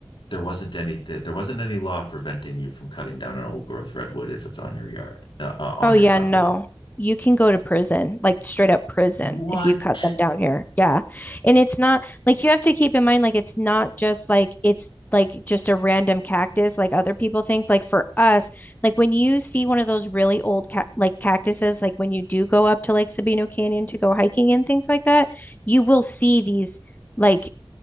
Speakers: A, on the left; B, on the left.
A: there wasn't any there wasn't any law preventing you from cutting down an old growth redwood if it's on your yard, uh, uh, on
B: Oh
A: your
B: yeah,
A: property.
B: no. You can go to prison, like straight up prison
A: What?
B: if you cut them down here. Yeah. And it's not like you have to keep in mind like it's not just like it's like just a random cactus like other people think. Like for us, like when you see one of those really old ca like cactuses, like when you do go up to Lake Sabino Canyon to go hiking and things like that, you will see these like